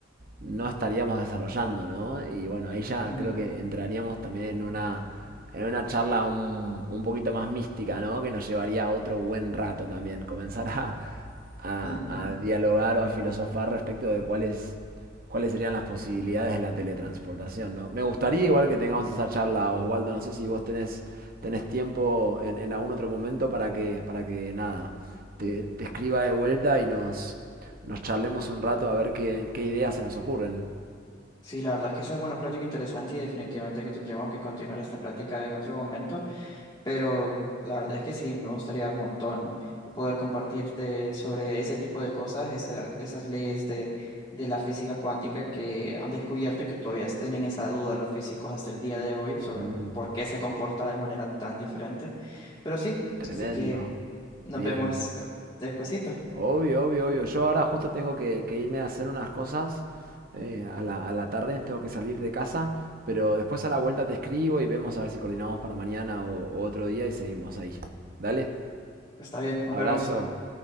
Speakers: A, on the right; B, on the left.
A: no estaríamos desarrollando, ¿no? Y bueno, ahí ya
B: ujú,
A: creo que entraríamos también en una en una charla un, un poquito más mística, ¿no? Que nos llevaría otro buen rato también, comenzar a, a,
B: ujú.
A: a dialogar o a filosofar respecto de cuáles cuáles serían las posibilidades de la teletransportación, ¿no? Me gustaría igual que tengamos esa charla, Osvaldo, no sé si vos tenés, tenés tiempo en, en algún otro momento para que, para que nada, te, te escriba de vuelta y nos, nos charlemos un rato a ver qué, qué ideas se nos ocurren.
B: Sí, la verdad es que esa es una plática interesante y definitivamente que tendríamos que continuar esta plática en otro momento. Pero la verdad es que sí, me gustaría un montón poder compartirte sobre ese tipo de cosas, esa- esas leyes de, de la física cuántica que han descubierto y que todavía tienen esa duda los físicos hasta el día de hoy sobre
A: Mm,
B: por qué se comporta de manera tan diferente. Pero sí,
A: tremendo.
B: así que nos
A: Bien.
B: vemos eh, despuesito.
A: Obvio, obvio, obvio. Yo ahora justo tengo que, que irme a hacer unas cosas. eh, a la, a la tarde tengo que salir de casa. Pero después a la vuelta te escribo y vemos a ver si coordinamos para mañana o, o otro día y seguimos ahí. Dale.
B: Está bien, nos
A: Abrazo.
B: vemos.